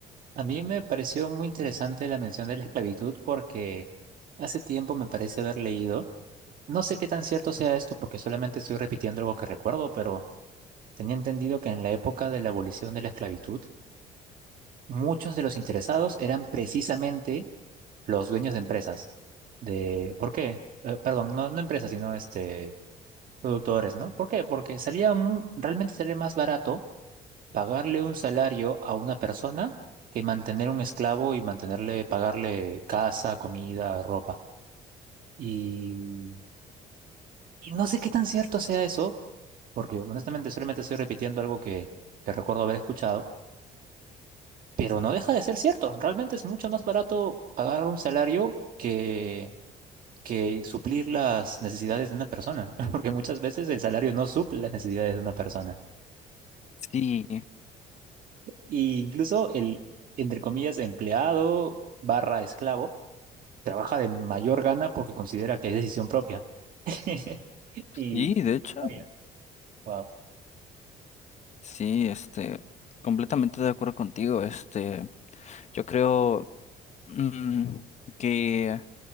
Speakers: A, on the right (about 55°); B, on the left (about 45°).
A: A mí me pareció muy interesante la mención de la esclavitud porque hace tiempo me parece haber leído, no sé qué tan cierto sea esto porque solamente estoy repitiendo algo que recuerdo, pero tenía entendido que en la época de la abolición de la esclavitud, muchos de los interesados eran precisamente los dueños de empresas. De, ¿por qué? Eh, perdón, no, no empresas, sino este productores, ¿no? ¿Por qué? Porque salía, mu- realmente salía más barato pagarle un salario a una persona que mantener un esclavo y mantenerle, pagarle casa, comida, ropa. Y, y no sé qué tan cierto sea eso, porque honestamente solamente estoy repitiendo algo que, que recuerdo haber escuchado, pero no deja de ser cierto. Realmente es mucho más barato pagar un salario que, que suplir las necesidades de una persona, <laughs> porque muchas veces el salario no suple las necesidades de una persona.
B: Sí,
A: Y incluso el, entre comillas, empleado barra esclavo trabaja de mayor gana porque considera que es decisión propia. <laughs> Y,
B: y de hecho,
A: vaya, wow.
B: sí, este, completamente de acuerdo contigo, este, yo creo... Mm, que,